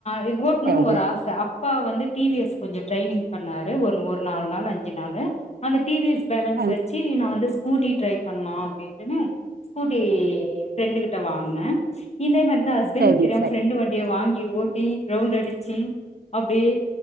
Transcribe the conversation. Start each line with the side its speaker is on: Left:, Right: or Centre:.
Left: வ் ஓட்ணுன்னு
Right: சரி
Left: ஒரு ஆச அப் ப்பா வந்து டி வி எஸ் கொஞ்ச ட்ரைனிங் பண்ணாரு ஒன் ஒரு நாலு நாள் அஞ்சு நாளு அந்த டி வி எஸ் பேலன்ஸ்
Right: கண்
Left: வச்சு நா வந்து ஸ்கூட்டி ட்ரைவ் பண்ணலா அப்டின்ட்டுன்னு ஸ்கூட்டி ஃப்ரெண்ட் கிட்ட வாங்ன இந்தே மாரி தா ஹஸ்பண்டக்கு
Right: சரி
Left: தெரியாம
Right: சரி
Left: ஃப்ரெண்டு வண்டிய வாங்கி ஓட்டி ரவுண்ட்டு அடிச்சு அப்டியே